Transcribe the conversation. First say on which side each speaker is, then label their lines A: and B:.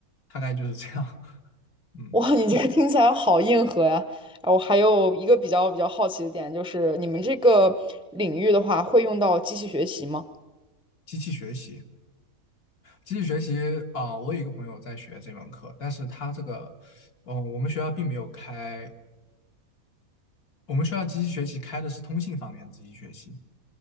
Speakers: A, on the left; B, in the centre.
A: 大概就是这样。<laughs> 嗯，
B: 哇，你这个听起来好硬核呀！啊我还有一个比较比较好奇的点，就是你们这个领域的话，会用到机器学习吗？
A: 机器学习，机器学习啊、我有一个朋友在学这门课，但是他这个，嗯，我们学校并没有开，我们学校机器学习开的是通信方面的机器学习。